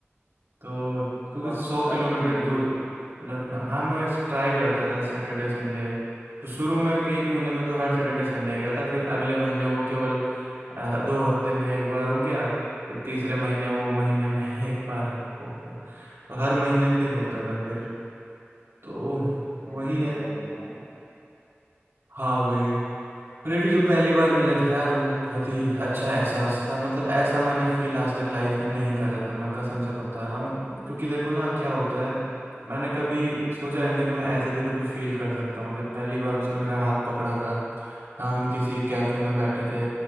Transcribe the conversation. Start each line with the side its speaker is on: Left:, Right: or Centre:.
Right: तो क्योंकि
Left: आप
Right: सौ किलोमीटर
Left: जाते थे मिलने
Right: दूर
Left: मतलब
Right: लखनऊ हाँ मैं ट्राई करता था सैटरडे संडे तो शुरू में के एक महीने में तो हर सैटरडे संडे गया था फिर अगले महीने वो केवल अ, दो हफ्ते में एक बार हो गया फिर तीसरे महीने वो महीने में <laughs> एक बार हो गया तो हर महीने फिर होता था फिर तो
Left: नहीं
Right: वही
Left: नहीं मैं
Right: है
Left: एक बार मिलना है
Right: हाँ वही है क्योंकि जो पहली बार मिले थे यार वो बहुत ही अच्छा एहसास था मतलब ऐसा मैंने फील आज तक लाइफ में नहीं कर रहा था मैं कसम से बता रहा हूँ क्योंकि देखो ना क्या होता है मैंने कभी सोचा नहीं था कि मैं ऐसे भी कभी फील कर सकता हूँ जब पहली बार उसने मेरा हाथ पकड़ा था हम किसी कैफे में बैठे थे